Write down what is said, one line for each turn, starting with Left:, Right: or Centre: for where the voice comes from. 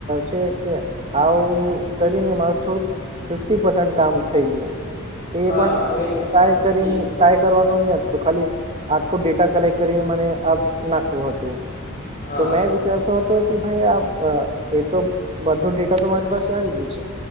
Right: છે કે આવું કરીને મારું થોડુંક ફિફટી પરસન કાપસમ થઈ ગયું એ
Left: હા
Right: પણ
Left: એ
Right: ટાય કરીને
Left: હમ
Right: કાય કરવાનું નહી હતું ખાલી આખું ડેટા કલેક્ટ કરીને મને આ નાખવું હતું
Left: હા
Right: તો મેં એમ વિચારતો હતો કે ભાઈ આ એ તો બધું ડેટા તો મારી પાસે આવી ગયું છે